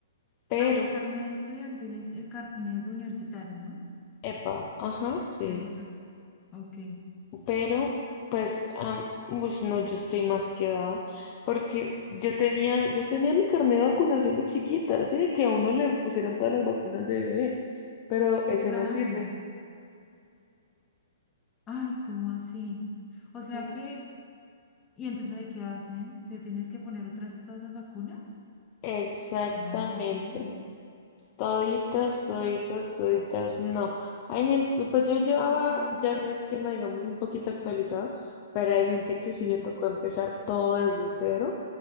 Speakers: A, on the left; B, on the left.
A: pero,
B: Ah, el carnet estudiantil es el carnet de universitario, ¿no?
A: epa, ajá, sí.
B: Eso es. Ok.
A: pero pues, am, ush, no, yo estoy más quedada, porque yo tenía, yo tenía mi carnet de vacunación de chiquita, así de que a uno le pusieron todas las vacunas de bebé, pero ese
B: Claro.
A: no sirve.
B: Ay, ¿cómo así? O sea
A: Mm,
B: que. ¿Y entonces ahí qué hacen? ¿Te tienes que poner otra vez todas las vacunas?
A: Exactamente.
B: No, increíble.
A: Toditas, toditas, toditas, no. Hay gente, pues yo llevaba
B: Oye, no.
A: ya el esquema, digamos, un poquito actualizado, pero hay gente que
B: Sí.
A: sí le tocó empezar todo desde cero,